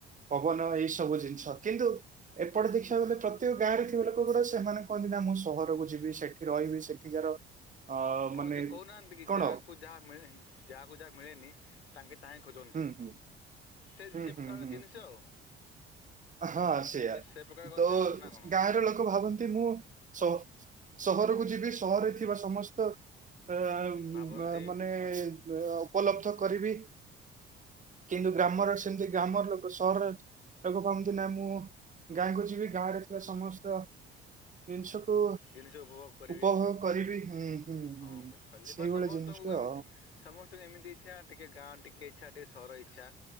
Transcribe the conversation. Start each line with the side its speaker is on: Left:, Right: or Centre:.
Right: ପବନ ଏଇ ସବୁ ଜିନିଷ କିନ୍ତୁ ଏପଟେ ଦେଖିବାକୁ ଗଲେ, ପ୍ରତ୍ୟେକ ଗାଁରେ ଥିବା ଲୋକ ଗୁଡା ସେମାନେ କହନ୍ତି, ନା ମୁଁ ସହରକୁ ଯିବି ସେଠ୍ ରହିବି। ସେଠିକାର ଅ
Left: ହଁ,
Right: ମାନେ
Left: ଯଉ କହୁନାହାଁନ୍ତି କି,
Right: କଣ
Left: ଯାହାକୁ ଯାହା ମିଳେନ୍, ଯାହାକୁ ଯାହା ମିଳେନି, ତାଙ୍କେ ତାହାହିଁ ଖୋଜନ୍ତି।
Right: ହୁଁ ହୁଁ
Left: ସେ
Right: ହୁଁ
Left: ସେ
Right: ହୁଁ
Left: ପ୍ରକାର
Right: ହୁଁ
Left: ଜିନିଷ
Right: ହୁଁ
Left: ଆଉ।
Right: ହଁ, ସେଇୟା।
Left: ସେ ସେ ପ୍ରକାର କଥା
Right: ତ
Left: ଆଉ ନା କ'ଣ
Right: ଗାଁର ଲୋକ ଭାବନ୍ତି ମୁଁ ସ-ସହରକୁ ଯିବି, ସହରରେ ଥିବା ସମସ୍ତ ଆଁ
Left: ଭାବନ୍ତି
Right: ମ-ମାନେ-ଏ ଉପଲବ୍ଧ କରିବି। କିନ୍ତୁ ଗ୍ରାମର ସେମିତି, ଗ୍ରାମର ଲୋକ ସହର ଲୋକ କମ୍ ଦିନା, ମୁଁ ଗାଁକୁ ଯିବି। ଗାଁ ରେ ଥିବା, ସମସ୍ତ ଜିନିଷକୁ
Left: ଜିନିଷ ଉପଭୋଗ କରିବି
Right: ଉପଭୋଗ କରିବି। ହୁଁ। ହୁଁ
Left: ହଁ,
Right: ହୁଁ
Left: ବୁଝିପାରିଲି
Right: ସେଇଭଳିଆ
Left: ବ ସମସ୍ତଙ୍କୁ
Right: ଜିନିଷ
Left: ଏମିତି
Right: ଆଉ।
Left: ସମସ୍ତଙ୍କୁ ଏମିତି ଇଚ୍ଛା ଟିକେ ଗାଁ ଟିକିଏ ଇଚ୍ଛା, ଟିକିଏ ସହର ଇଚ୍ଛା।